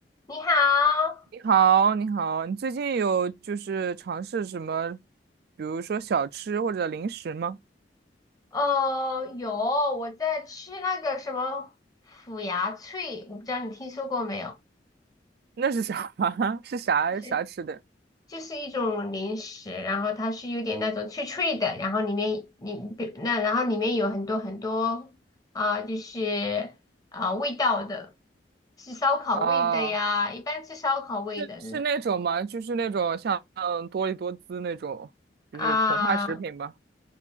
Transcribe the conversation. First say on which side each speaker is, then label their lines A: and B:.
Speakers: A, on the left (about 20°); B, on the right (about 60°).
A: 你好，
B: 你好，你好，你最近有就是尝试什么，比如说小吃或者零食吗？
A: 哦，有，我在吃那个什么腐牙脆，我不知道你听说过没有，
B: 那是啥？<laughs> 是啥啥吃的？
A: 就是就是一种零食，然后它是有点那种脆脆的，然后里面你比那然后里面有很多很多啊、就是啊、味道的，是烧烤味的呀，
B: 哦，
A: 一般吃烧烤味的这种
B: 是是那种吗？就是那种像多利多滋那种，就是膨化食品吧？
A: 啊